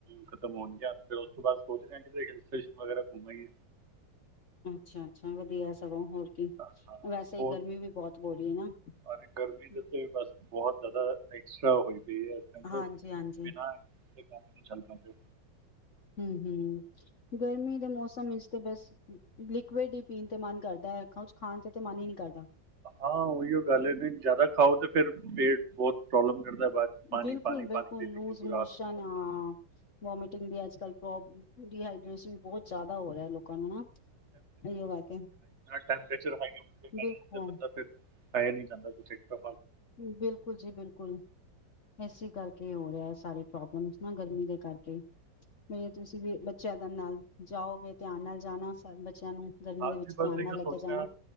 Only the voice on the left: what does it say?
ਅੱਛਾ ਅੱਛਾ, ਵਧੀਆ ਸਗੋਂ ਹੋਰ
ਵੈਸੇ
ਗਰਮੀ ਵੀ ਬਹੁਤ ਬੋ ਰਹੀ ਹੈ ਨਾ।
ਹਾਂਜੀ ਹਾਂਜੀ
ਹੂੰ ਹੂੰ, ਗਰਮੀ ਦੇ ਮੌਸਮ ਵਿੱਚ ਤੇ ਬਸ ਲਿਕੁਡ ਹੀ ਪੀਣ ਤੇ ਮਨ ਕਰਦਾ, ਕੁਛ ਖਾਣ ਵਿਚ ਤੇ ਮਨ ਹੀ ਨਹੀ ਕਰਦਾ।
ਬਿਲਕੁਲ
ਬਿਲਕੁਲ
ਲੂਜ
ਮੋਸ਼ਨ
ਆ, ਵੋਮਿਟਿੰਗ ਵੀ ਅੱਜ ਕੱਲ ਪ੍ਰੋਬਲ ਡੀਹਾਈਡ੍ਰੇਸ਼ਨ ਵੀ ਬਹੁਤ ਜ਼ਿਆਦਾ ਹੋ ਰਿਹਾ, ਲੋਕ ਕਾ ਨੂੰ ਨਾ, ਇਹ ਕੇ <unintelligible>
ਬਿਲਕੁਲ
ਬਿਲਕੁਲ ਜੀ ਬਿਲਕੁਲ, ਇਸੇ ਕਰਕੇ ਹੋ ਰਿਹਾ ਸਾਰੀ ਪ੍ਰੋਬਲਮ ਨਾ ਗਰਮੀ ਦੇ ਕਰਕੇ ਮੈਂ ਤੁਸੀਂ ਵੀ ਚਨ ਨਾਲ ਜਾਓਗੇ ਧਿਆਨ ਨਾਲ ਜਾਣਾ। ਬੱਚਿਆਂ ਨੂੰ ਗਰਮੀ
ਦੇ ਵਿੱਚ
ਧਿਆਨ
ਨਾਲ
ਲੈ ਕੇ ਜਾਣਾ।